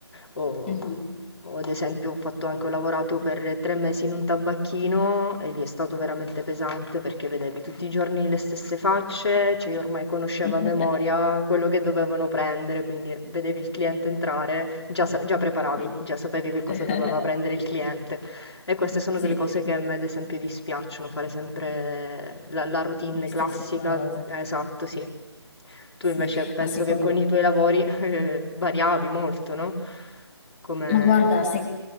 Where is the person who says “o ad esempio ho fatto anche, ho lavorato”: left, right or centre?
Left